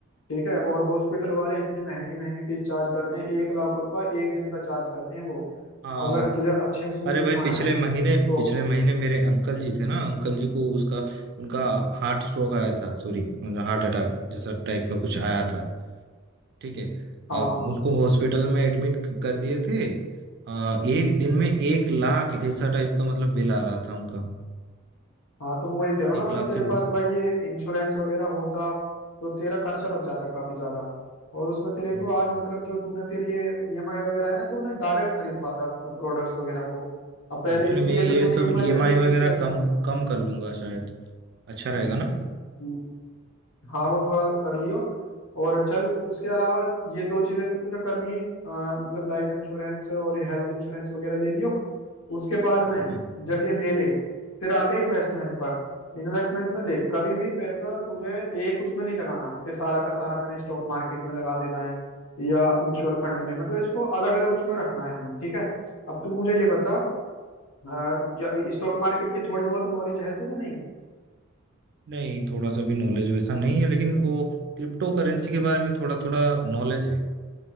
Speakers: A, on the left; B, on the right.
A: ठीक है और हॉस्पिटल वाले इतने महंगी महंगी फीस चार्ज करते हैं एक लाख रुपए एक दिन का चार्ज करते हैं वो
B: हाँ
A: अगर तुझे अच्छे उसमें
B: अरे
A: दिखाना
B: भाई पिछले
A: है
B: महीने
A: तो
B: पिछले महीने मेरे अंकल जी थे ना अंकल जी को उसका उनका हार्ट स्ट्रोक आया था सॉरी हार्ट अटैक जैसा टाइप का कुछ आया था ठीक है
A: हाँ
B: अ, उनको हॉस्पिटल में एडमिट कर दिए थे अ, एक दिन में एक लाख ऐसा टाइप का मतलब बिल आ रहा था उनका
A: हाँ तो मैं वही कह रहा हूँ
B: एक
A: ना
B: लाख
A: अगर तेरे
B: से
A: पास
B: ऊपर
A: भाई ये इंश्योरेंस वगैरह होता तो तेरा खर्चा बच जाता काफी ज्यादा और उसमें तेरे
B: हम्म।
A: को आज मतलब जो तूने फिर ये ईएमआई वगैरह है ना तो उन्हें डायरेक्ट खरीद पाता प्रोडक्ट्स वगैरह को अब पहले
B: एक्चुअली
A: इसीलिए
B: मैं ये
A: तो तूने
B: सब
A: ईएमआई
B: ईएमआई
A: पे लिया
B: वगैरह
A: क्योंकि पैसा
B: कम
A: नहीं
B: कम कर लूंगा शायद अच्छा रहेगा ना
A: था हाँ वो थोड़ा कर लियो और चल उसके अलावा ये दो चीजें तो तुझे करनी ही अ, मतलब लाइफ इंश्योरेंस और ये हेल्थ इंश्योरेंस वगैरह ले लियो उसके बाद
B: हाँ
A: में
B: हाँ
A: जब ये ले ले फिर आते हैं इन्वेस्टमेंट पर इन्वेस्टमेंट में देख कभी भी पैसा तुझे एक उसमें नहीं लगाना कि सारा का सारा मैंने स्टॉक मार्केट में लगा देना है या म्यूचुअल फंड में मतलब इसको अलग अलग उसमें रखना है हमें ठीक है अब तुम मुझे ये बता अ, क्या स्टॉक मार्केट की थोड़ी बहुत नॉलेज है तुझे नहीं
B: नहीं थोड़ा सा भी नॉलेज वैसा नहीं है लेकिन वो क्रिप्टो करेंसी के बारे में थोड़ा थोड़ा नॉलेज है